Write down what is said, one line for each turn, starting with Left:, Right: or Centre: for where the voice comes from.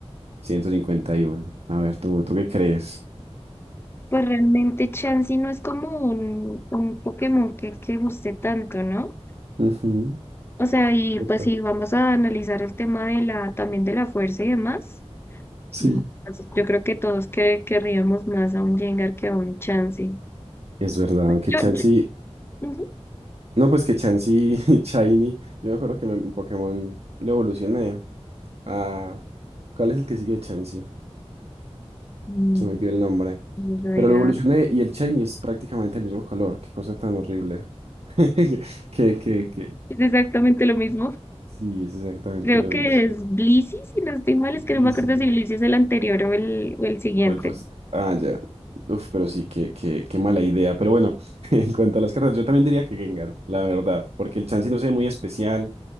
Right: ciento cincuenta y uno A ver, ¿tú, tú qué crees?
Left: Pues realmente Chansey no es como un, un Pokémon que, que guste tanto, ¿no?
Right: Ujú,
Left: O sea, y
Right: ¿verdad?
Left: pues si vamos a analizar el tema de la, también de la fuerza y demás,
Right: Sí.
Left: mm, pues, yo creo que todos que, querríamos más a un Jengar que a un Chansey.
Right: Es verdad, aunque
Left: Yo,
Right: Chansey...
Left: yo- ujú.
Right: No, pues que Chansey <laughs> Shiny. Yo me acuerdo que me- en Pokémon lo evolucioné a... ¿Cuál es el que sigue de Chansey?
Left: Mm,
Right: se me olvidó el nombre.
Left: eso
Right: Pero
Left: era
Right: lo evolucioné y el shiny es prácticamente el mismo color. Qué cosa tan horrible. <laughs> Que, que, que. que-
Left: es exactamente lo mismo.
Right: Sí, es exactamente
Left: Creo
Right: lo
Left: que
Right: mismo.
Left: es Blissey, si no estoy mal, es que no
Right: sí
Left: me acuerdo
Right: sí.
Left: si Blissey es el anterior o el, o el siguiente.
Right: O el pas- Ah, ya. Uf, pero sí, qué, qué, qué mala idea. Pero bueno, <laughs> en cuanto a las cartas, yo también diría que Gengar, la verdad. Porque el Chansey no se ve muy especial